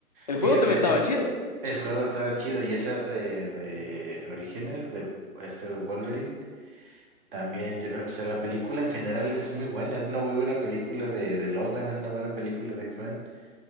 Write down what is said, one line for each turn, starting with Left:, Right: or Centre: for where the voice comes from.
Left: El
Right: Fíjate,
Left: juego también estaba
Right: es-
Left: chido,
Right: el juego estaba chido y esa de, de Orígenes, de este Wolverine. También, yo- o sea, la película en general es muy buena, es una muy buena película de, de Logan, es una buena película de X-Men.